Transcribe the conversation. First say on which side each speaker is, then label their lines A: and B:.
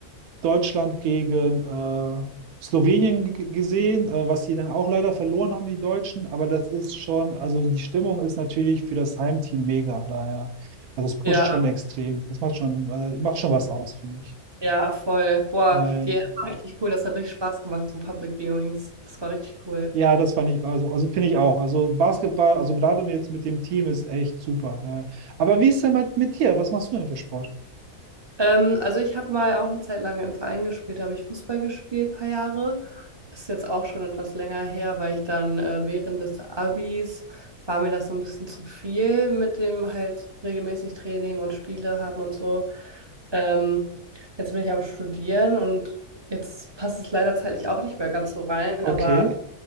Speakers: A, on the right; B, on the right.
A: Deutschland gegen äh, Slowenien g- gesehen, äh, was sie dann auch leider verloren haben, die Deutschen. Aber das ist schon, also die Stimmung ist natürlich für das Heimteam mega. Daher, also es pusht
B: Ja.
A: schon extrem. Das macht schon, äh, macht schon was aus, finde ich.
B: Ja, voll. Boah,
A: Daher,
B: die App war richtig cool. Das hat richtig Spaß gemacht, so Public Viewings. Das war richtig cool.
A: Ja, das fand ich, also, also finde ich auch. Also Basketball, also gerade jetzt mit dem Team ist echt super. Da. Aber wie ist denn mit, mit dir? Was machst du denn für Sport?
B: Ähm, also ich habe mal auch eine Zeit lang im Verein gespielt, da habe ich Fußball gespielt, ein paar Jahre. Ist jetzt auch schon etwas länger her, weil ich dann äh, während des Abis war mir das so ein bisschen zu viel mit dem halt regelmäßig Training und Spiele haben und so. Ähm, jetzt bin ich am Studieren und jetzt passt es leider zeitlich auch nicht mehr ganz so rein,
A: Okay.
B: aber